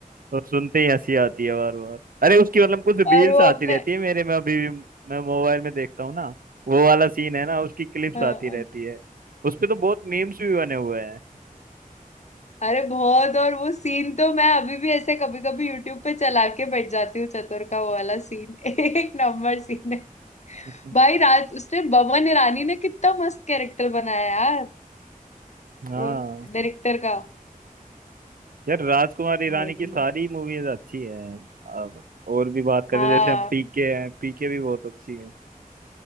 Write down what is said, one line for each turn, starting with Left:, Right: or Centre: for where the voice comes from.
Right: और सुनते ही हंसी आती है बार बार अरे उसकी मतलब कुछ रील्स
Left: और वो
Right: आती
Left: अपने
Right: रहती है मेरे में अभी भी मैं मोबाइल में देखता हूँ ना वो वाला सीन है ना उसकी क्लिप्स
Left: हाँ,
Right: आती रहती है उस पे तो बहुत मीम्स भी बने हुए हैं
Left: अरे बहुत और वो सीन तो मैं अभी भी ऐसे कभी कभी यूट्यूब पे चला के बैठ जाती हूँ चतुर का वो वाला सीन <laughs> एक नंबर सीन है
Right: <laughs>
Left: भाई राज उसने बमन ईरानी ने कितना मस्त कैरेक्टर बनाया यार
Right: हाँ
Left: वो डायरेक्टर का
Right: यार राजकुमार ईरानी
Left: भाई
Right: की सारी मूवीज अच्छी है अब और भी बात करें
Left: हाँ
Right: जैसे हम पीके हैं पीके भी बहुत अच्छी है